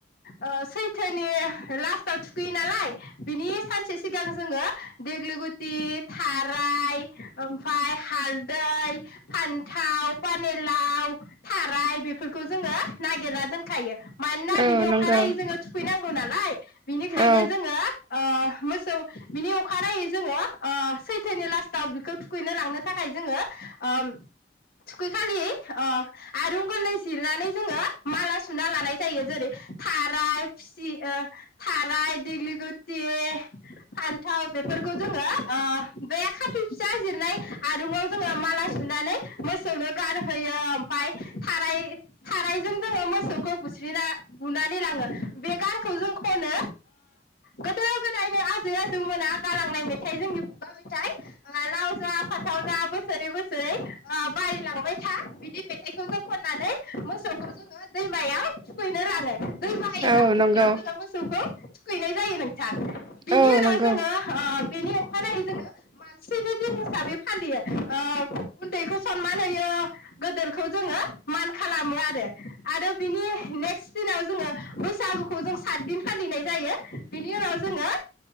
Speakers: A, on the left; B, on the right.
A: ओ सैथोनि लास्टआव थुखैयो नालाय बिनि सानसे सिगां जोङो देग्लि गुथि थाराय ओमफ्राय हालदै इ फान्थाव पानि लाव थाराय बेफोरखौ जोङो नागिरना दोनखायो। मानना
B: औ
A: बिनि
B: नंगौ
A: अखानायै जोङो थुखैनां ह नालाय बिनिखायनो
B: औ
A: जोङो ओ मोसौ बिनि अखानायै जोङो ओ सैथोनि लास्टाव बिखौ थुखैनो लांनो थाखाय जोङो ओम थुखै खालि ओ आरुं गोरलै जिरनानै जोङो माला सुना लानाय जायो जेरै थाराय फुसि ओ थाराय देग्लि गुथि फान्थाव बेफोरखौ जोङो ओ बे खाथि फिसा जिरनाय आरुङाव जोङो माला सुनानै मोसौनो गान होयो ओमफाय थाराय थारायजों जोङो मोसौखौ बुज्रिना बुनानै लाङो बे गानखौ जों खनो गोदो गोदायनो आजै आजौमोना गालांनाय मेथाइ जोंनि खुगा मेथाइ ओ लाव जा फाथाव जा बोसोरै बो सै ओ बारिलांबाय था बिदि मेथाइखौ जोङो खननानै मोसौखौ जोङो दैमायाव थुखैनो लाङो। दैमा एबा
B: औ
A: फुख्रियाव
B: नंगौ
A: जोङो मोसौखौ थुखैनाय जायो नों थां बिनि
B: औ
A: उनाव
B: नंगौ
A: जोङो ओ बेनि अखानायै जोङो मानसिनि दिन हिसाबै फालियो ओ उन्दैखौ सनमान होयो गोदोरखौ जोङो मान खालामो आरो आरो बिनि नेक्स्ट दिनाव जोङो बैसागुखौ जों सात दिन फालिनाय जायो बिनि उनाव जोङो